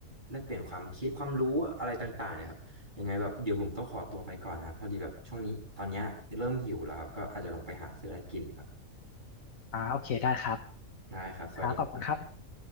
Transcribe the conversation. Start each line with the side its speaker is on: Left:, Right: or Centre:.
Right: แลกเปลี่ยนความคิดความรู้อะไรต่างๆเนี่ยครับยังไงแบบเดี๋ยวผมต้องขอตัวไปก่อนนะครับพอดีแบบช่วงนี้ตอนเนี้ยเริ่มหิวแล้วครับก็อาจจะลงไปหาซื้ออะไรกินครับ
Left: อ่าโอเคได้ครับ
Right: ได้ครับสวัสดีครับ
Left: ครับขอบคุณครับ